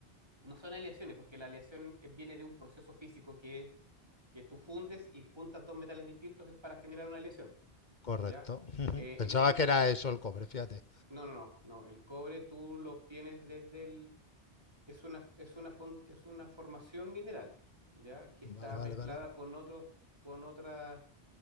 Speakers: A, on the right; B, on the left.
A: no son aleaciones, porque la aleación eh, viene de un proceso físico que es que tú fundes y juntas dos metales distintos eh, para generar una aleación,
B: Correcto.
A: ¿ya?
B: <laughs> Ujú.
A: Eh,
B: Pensaba
A: en este
B: que
A: caso,
B: era eso el cobre, fíjate.
A: no, no, no, no, el cobre tú lo obtienes desde el, es una, es una, fon- es una formación mineral, ¿ya? Que está
B: Vale, vale,
A: mezclada
B: vale.
A: con otros, con otras,